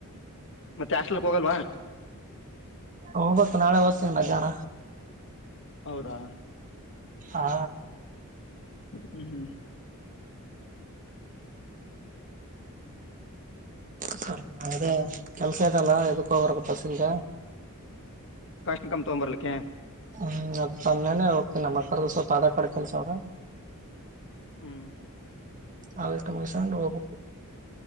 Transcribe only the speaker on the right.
ಹ ಬತ್ತು ನಾಳೆ ಹೊತಲ್ಲ ಜಾಣ
ಹಾ
ಸ್ವಲ್ಪ ಅದೇ ಕೆಲ್ಸ ಇದಲ್ಲ ಇದಕ್ಕ ಹೋಗ್ರ ಬಸಗೆ
ಹ್ಮ್ ಅದ ಸಮ್ಮ್ಯಾನೇ ಹೋಗ್ತಿ ನಮ್ಮ್ ಅಕ್ಕರ್್ದ ಸ್ವಲ್ಪ ಅದ ಕಡೆ ಕೆಲ್ಸ ಅವ
ಹಟ್ಟ ಮಸ ಹೋಗ